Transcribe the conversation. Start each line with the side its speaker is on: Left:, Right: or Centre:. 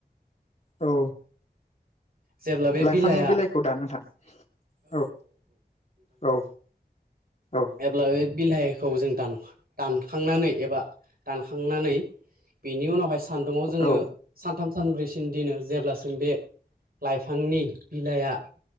Left: औ
Right: जेब्ला बे
Left: लाइफांनि
Right: बिलाइआ
Left: बिलाइखौ दान नोंथां औ औ। औ
Right: एब्ला बे बिलाइखौ जों दान दानखांनानै एबा दानखांनानै बेनि उनावहाय सान्दुङाव जोङो
Left: औ
Right: सानथाम सानब्रैसिन दिनो जेब्लासिम बे लाइफांनि बिलाइआ